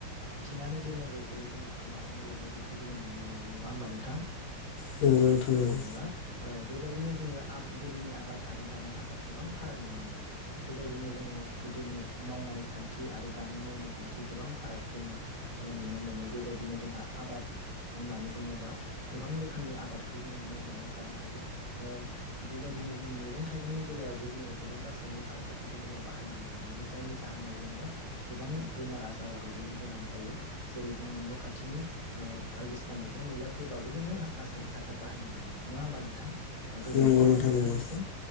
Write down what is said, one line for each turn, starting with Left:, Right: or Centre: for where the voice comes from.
Right: थिनानै दोननांगौखौबो जोङो खोमानानै लानाय बेखौ जोङो नुनो मोनो नङा होमबा नोंथां?
Left: नंगौ नोंथां नंगौ।
Right: नंगौना ओ बेबायदिनो जोङो आब गोदोनि आबाद आरो दानि आबाद गोबां फाराग नुनो मोनो बेबायदिनो जोङो गोदोनि मावनाय खान्थि आरो दानि मावनाय खान्थि गोबां फाराग जोङो ओ नुनो मोनो बेबायदिनो जोंहा आबाद होननानै बुङोबा गोबां रोखोमनि आबादखौ जोङो मावनानै ज जानो हायो ओ बेबायदिनो जोङो मैगं थाइगंनि बेलायावबो जोङो गोबां रासायनिक हासारफोरखौ जोङो बाहायनाय नुनो मोनो जायनि जाहोनाव जोङो गोबां बेमार आजाराव गोग्लैनो गोनां जायो जेरै जोङो न' खाथिनि ओ बायदिसिना मैगं मैलाफोरबाबो जोङो रासायनिक हासार बाहायनाय नुनो मोनो। नङा होमबा नोंथां? ओ गोजोननाय
Left: नंगौ
Right: थाबाय
Left: नोंथां
Right: नोंथांनिसिम।
Left: नंगौ